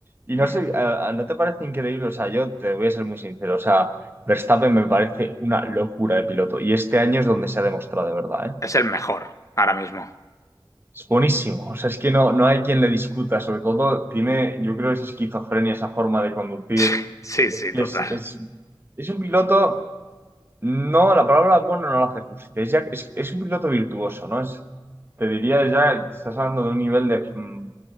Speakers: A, on the right; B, on the left.
A: Y no
B: Mm.
A: sé, a- a- ¿no te parece increíble? O sea, yo te voy a ser muy sincero. O sea, Verstappen me parece una locura de piloto. Y este año es donde se ha demostrado de verdad, ¿eh?
B: Es el mejor ahora mismo.
A: Es buenísimo. O sea, es que no, no hay quien le discuta. Sobre todo, tiene, yo creo, esa esquizofrenia, esa forma de conducir.
B: <laughs> Sí,
A: Es
B: sí,
A: que
B: total.
A: es, es, es un piloto. No, la palabra bueno no la hace justicia. Es, ya- es, es un piloto virtuoso, ¿no? Es, te diría ya, estás hablando de un nivel de mm,